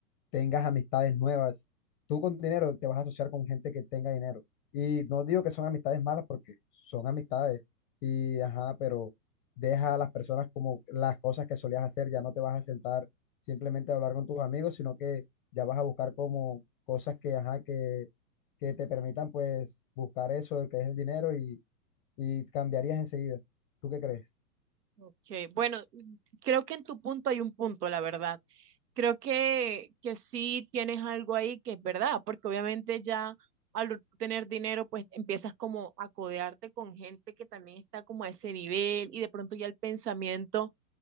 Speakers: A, on the left; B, on the right.
A: tengas amistades nuevas. Tú con dinero te vas a asociar con gente que tenga dinero. Y no digo que son amistades malas porque son amistades. Y ajá, pero deja a las personas como las cosas que solías hacer. Ya no te vas a sentar simplemente a hablar con tus amigos, sino que ya vas a buscar como cosas que, ajá, que, que te permitan pues buscar eso, que es el dinero y, y cambiarías enseguida. ¿Tú qué crees?
B: Ok, bueno, creo que en tu punto hay un punto, la verdad. Creo que, que sí tienes algo ahí que es verdad, porque obviamente ya al tener dinero, pues empiezas como a codearte con gente que también está como a ese nivel y de pronto ya el pensamiento